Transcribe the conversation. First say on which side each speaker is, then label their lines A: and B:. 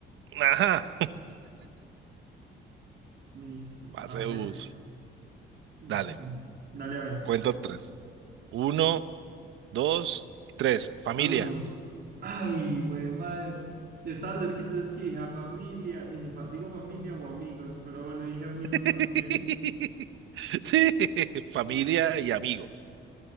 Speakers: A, on the right; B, on the right.
A: Ajá.
B: Listo,
A: Pase
B: paseo.
A: de bus.
B: Listo.
A: Dale,
B: Dale a ver.
A: cuento tres. Uno, dos y tres. Familia.
B: Amigos. Ay, güey, madre. Y estaba cerquita, es que dije a familia, dije, fa- digo familia o amigos, pero bueno, dije amigos más
A: <laughs>
B: bien.
A: Sí, familia y amigos.